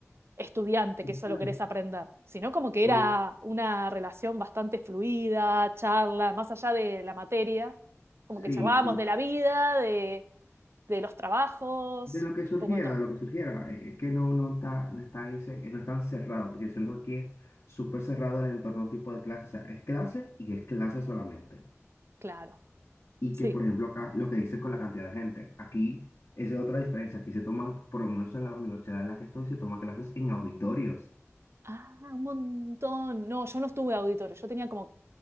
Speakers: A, on the right (about 55°); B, on the left (about 60°).
A: estudiante que solo
B: claro.
A: querés aprender, sino como que
B: Pues,
A: era una relación bastante fluida, charla, más allá de la materia, como
B: sí,
A: que charlábamos
B: sí.
A: de la vida, de, de los trabajos,
B: De lo que surgiera,
A: un poco de todo,
B: de lo que surgiera, eh, es que no, no está, no está ese, eh, no es tan cerrado, porque yo siento que aquí es súper cerrado el entorno tipo de clase, o sea, es clase y es clase solamente.
A: claro,
B: Y
A: sí.
B: que, por ejemplo, acá lo que dices con la cantidad de gente, aquí esa es otra diferencia, aquí se toman, por lo menos en la universidad en la que estoy, se toman clases en auditorios.
A: Ah, un montón. No, yo no estuve auditorio, yo tenía como